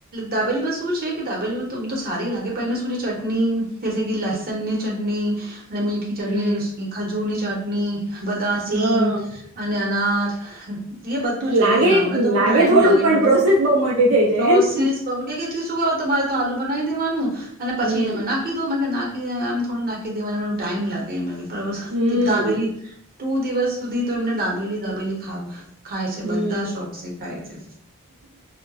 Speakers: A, on the right; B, on the right.
A: દાબેલી બસ શું છે કે દાબેલી તમ તો સારી લાગે. પછી ખજૂરની ચટણી જસે કે લસન્ય ચ ચટ અને મીઠી
B: હમ
A: ચટણી ખજૂરની ચાટ ની બતા
B: હા
A: સિંહ અનેનાથ હ <unintelligible> એ બધું જોઈએ
B: લાગે
A: અને તો બ ટાઈમ
B: થોડું
A: લાગે
B: પણ
A: એમને
B: પ્રોસેસ
A: બ
B: બહુ મોટી થઈ જાય
A: સોસીસ
B: હેને
A: ક ક શું કર તમારે તો આલુ બનાવી દેવાનું. અને પછીને
B: હમ
A: નાખી દો નાખીમ થોડી નાખી દવા મ ટાઈમ લાગે
B: હમ્મ.
A: કે દાબેલી ટુ દિવસ સુધી તો એમને દાબેલી દાબેલી ખાવ. ખાય છે
B: હમ્મ.
A: બધા શોખ છે ખાય છે